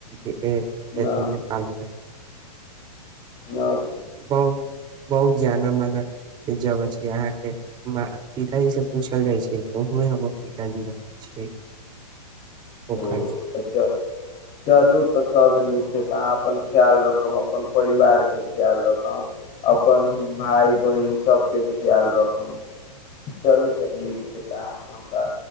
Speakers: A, on the right (about 20°); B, on the left (about 25°).
A: थिपालालमे
B: न य।
A: बहुत बहुत जाना माना जगह छै अहाँके पिताजी से पूछल जाइ छै ने ओहोमे हमर पिताजी रहै छै। पोखरि
B: ओ अच्छा चालू तऽ साावन से तऽ अहाँ अपन ख्याल रखब अपन परिवारके लोक अपन भाय बहिन सबके ख्याल राखू चलू तऽ नीक छै तऽ अहाँ से हमरा